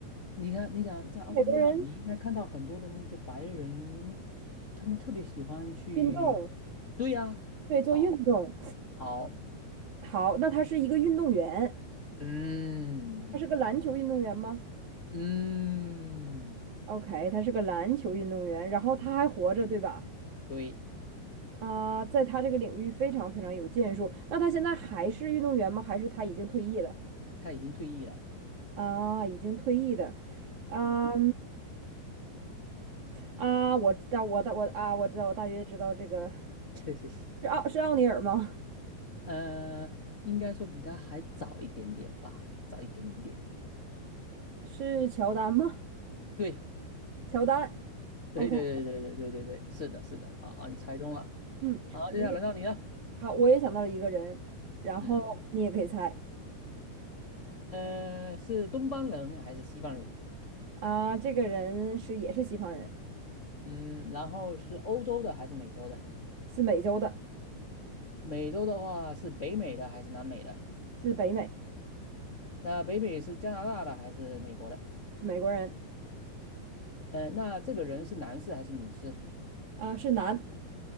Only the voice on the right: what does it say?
美国人
运动，
对，做运动。
好，那他是一个运动员，
他是个篮球运动员吗
？OK，他是个篮球运动员，然后他还活着，对吧？
啊，在他这个领域非常非常有建树。那他现在还是运动员吗？还是他已经退役了？
啊，已经退役的。啊。
啊，我知道，我大我啊，我知道，我大约知道这个
是奥是奥尼尔吗？
<laughs> 是乔丹吗？
乔丹
，OK，
嗯，
我也
好，我也想到了一个人，然后你也可以猜
啊，这个人是也是西方人，
是美洲的，
是北美，
是美国人
啊，是男，